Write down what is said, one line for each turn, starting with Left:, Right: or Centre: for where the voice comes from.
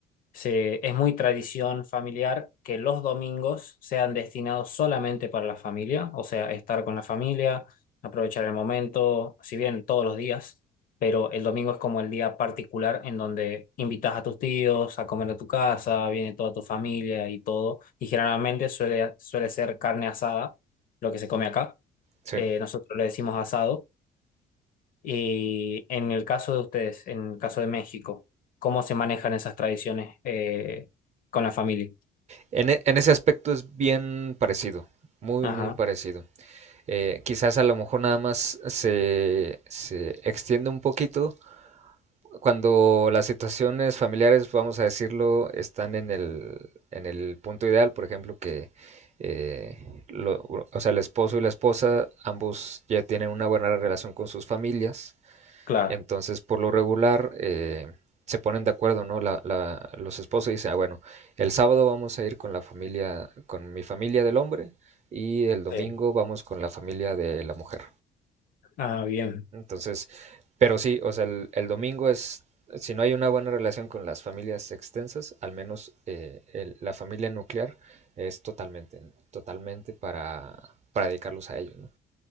Left: se, es muy tradición familiar que los domingos sean destinados solamente para la familia, o sea, estar con la familia, aprovechar el momento, si bien todos los días, pero el domingo es como el día particular en donde invitas a tus tíos a comer a tu casa, viene toda tu familia y todo, y generalmente suele, suele ser carne asada, lo que se come acá,
Right: Sí.
Left: Eh, nosotros le decimos asado y en el caso de ustedes, en el caso de México, ¿cómo se manejan esas tradiciones eh, con la familia?
Right: En, e- en ese aspecto es bien parecido, muy,
Left: Ajá,
Right: muy parecido. Eh, quizás a lo mejor nada más se, se extiende un poquito cuando las situaciones familiares, vamos a decirlo, están en el, en el punto ideal, por ejemplo, que eh, lo- o sea, el esposo y la esposa, ambos ya tienen una buena relación con sus familias,
Left: claro,
Right: entonces por lo regular eh, se ponen de acuerdo, ¿no? La- la- los esposos dicen, ah, bueno, el sábado vamos a ir con la familia, con mi familia del hombre y el domingo
Left: sí.
Right: vamos con la familia de la mujer.
Left: Ah, bien,
Right: Entonces, pero sí, o sea, el, el domingo es, si no hay una buena relación con las familias extensas, al menos eh, el- la familia nuclear es totalmente, totalmente para, para dedicarlos a ellos, ¿no?